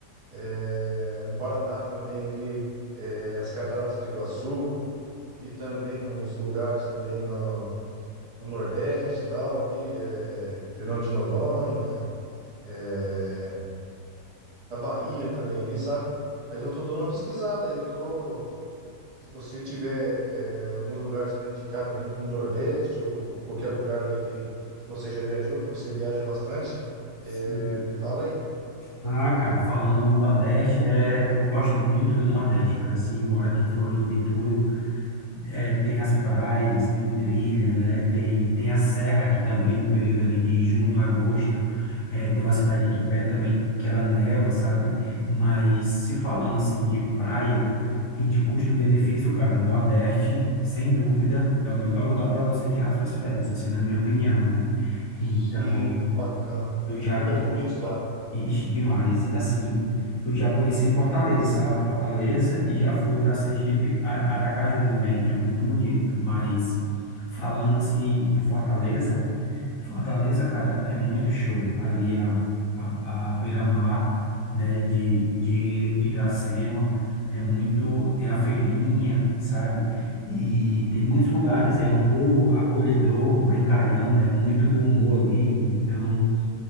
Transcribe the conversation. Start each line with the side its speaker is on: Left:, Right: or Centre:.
Right: eh, no Paraná também ali, eh, as Cataratas do Iguaçu. Vi também uns lugares também no, no Nordeste e tal, ali, eh, Fernando de Noronha, eh, na Bahia também ali, sabe? Mas eu tô dando uma pesquisada aí, eu tô. Se você tiver eh, alguns lugares para indicar para mim, como Nordeste ou, ou qualquer lugar aí que, que você já viajou, que você viaja bastante,
Left: Sim.
Right: eh, me fala aí.
Left: Ah, cara, falando no Nordeste, é, eu gosto muito do Nordeste, cara. Assim, eu moro aqui em Floripa e tudo, É, tem as praias, tem trilha, né? Tem, tem a serra aqui também, no período ali de junho a agosto. É, tem uma cidade aqui perto também que ela neva, sabe? Mas se falando assim de praia e de custo-benefício, cara, Nordeste, sem dúvida, é o melhor lugar para você tirar suas férias, assim, na minha opinião, né?
Right: Sim,
Left: Então,
Right: bacana.
Left: eu já,
Right: Tem lugares
Left: co-
Right: bonitos lá.
Left: Ixi, demais. Assim, eu já conheci Fortaleza, sabe? Fortaleza e já fui para Sergipe, A- Aracaju também. É muito bonito, mas falando assim em Fortaleza, Fortaleza, cara, é muito show. Ali a, a, a beira-mar, né, de, de Iracema, é muito, tem a feirinha, sabe? E tem muitos lugares, é um povo acolhedor, brincalhão, né? Muito do humor ali, então